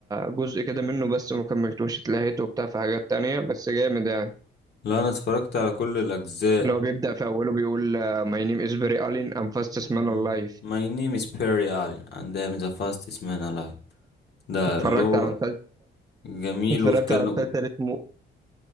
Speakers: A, on the right; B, on the left.
A: جزء كده منه بس ما كملتوش اتلهيت وبتاع في حاجات تانية بس جامد يعني
B: لا انا اتفرجت على كل الاجزاء
A: اللي هو بيبدأ في أوله بيقول آه، My name is Barry Allen I'm fastest
B: Um,
A: man alive
B: My name is Perry Allen and I am the fastest man alive ده
A: اتفرجت
B: اللي هو
A: على مسلسل
B: جميل
A: اتفرجت
B: وكان
A: على مسلسل اسمه